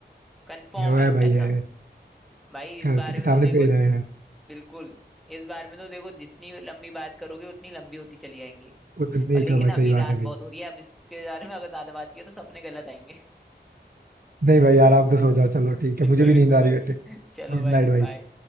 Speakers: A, in the centre; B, on the right.
A: कंफर्म
B: ये वो है
A: है
B: भाई
A: ऐसा
B: है
A: भाई इस
B: घर
A: बारे
B: के
A: में
B: सामने
A: तो देखो
B: पेड़ है यार
A: बिल्कुल इस बारे में तो देखो जितनी लंबी बात करोगे उतनी लंबी होती चली जाएंगी
B: उतनी
A: और
B: ही
A: लेकिन
B: कम है
A: अभी
B: सही बात
A: रात
B: है भाई
A: बहुत हो रही है अब इसके बारे में अगर ज्यादा बात किया तो सपने गलत आएंगे
B: नहीं भाई आराम से सो जाओ चलो
A: <laughs>
B: ठीक
A: बिल्कुल
B: है मुझे भी
A: बिल्कुल
B: नींद आ
A: भाई
B: रही है वैसे
A: चलो
B: गुड
A: भाई
B: नाइट भाई
A: बाय